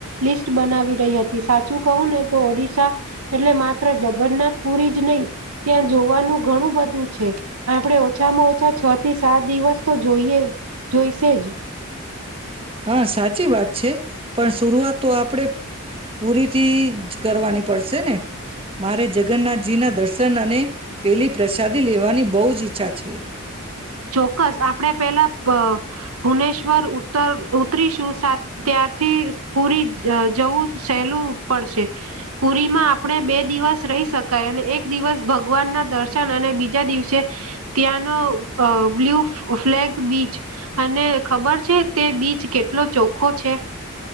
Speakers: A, on the right; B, on the right.
A: લિસ્ટ બનાવી રહી હતી સાચું કહું ને તો ઓડિશા, એટલે માત્ર જગન્નાથ પુરી જ નહી ત્યાં જોવાનું ઘણું બધું છે, આપણે ઓછામાં ઓછા છ થી સાત દિવસ તો જોઈએ. જોઈશે જ.
B: હા સાચી વાત છે. પણ શરૂઆત તો આપણે પૂરીથી જ કરવાની. પડશે ને, મારે જગન્નાથજી ના દર્શન અને, પેલી પ્રસાદી લેવાની બહુ જ ઈચ્છા છે.
A: ચોક્કસ આપણે પેલા, ભુનેશ્વર ઉતર ઉતરીશું ત્યારથી પુરી જવું સહેલું પડશે, પુરીમાં આપણે બે દિવસ રહી શકાય અને એક દિવસ ભગવાન ના દર્શન અને બીજા દિવસે, ત્યાંનો અ બ્લુ ફ્લેગ બીચ, અને ખબર છે તે બીચ કેટલો ચોખ્ખો છે.